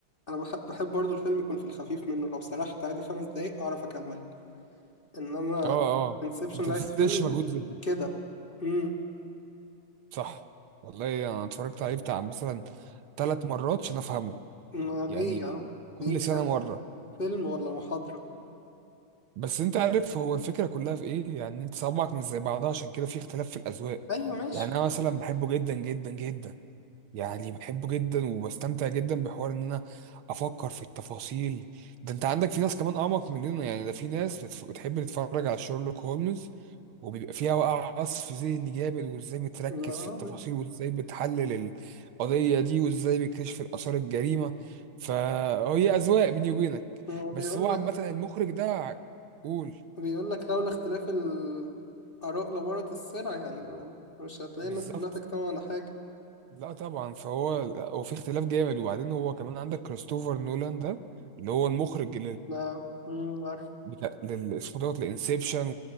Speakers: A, on the left; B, on the right.
A: انا بح- بحب برضو الفيلم يكون في الخفيف منه لو سرحت عادي خمس دقايق اعرف اكمل انما
B: اه اه
A: انسبشن
B: ما تبذلش
A: ده عايز فيلم
B: مجهود ذهني
A: كده امم
B: صح والله انا اتفرجت عليه بتاع مثلا ثلاث مرات عشان افهمه
A: ما ليه
B: يعني
A: يا عم
B: كل
A: ليه بجد
B: سنه مره
A: فيلم ولا محاضرة
B: بس انت عارف هو الفكره كلها في ايه يعني انت صوابعك مش زي بعضها عشان كده في اختلاف في الاذواق
A: ايوه ماشي
B: يعني انا مثلا بحبه جدا جدا جدا يعني بحبه جدا وبستمتع جدا بحوار ان انا افكر في التفاصيل ده انت عندك في ناس كمان اعمق مننا يعني ده في ناس بتف- بتحب تتفرج على شيرلوك هولمز وبيبقى فيها بقى عصف ذهني جامد وازاي بتركز
A: آه،
B: في التفاصيل وازاي بتحلل القضية دي وازاي بيكشف الآثار الجريمة فهي أذواق بيني وبينك
A: ما هو بيقول
B: بس هو
A: لك
B: عامة المخرج ده ع- قول
A: بيقول لك لولا اختلاف الاراء لبارت السلع يعني مش هتلاقي
B: بالظبط
A: الناس كلها تجتمع على حاجة
B: لا طبعا فهو هو في اختلاف جامد وبعدين هو كمان عندك كريستوفر نولان ده اللي هو المخرج
A: لا امم عارف
B: بتاع لل- اسمه دوت الانسبشن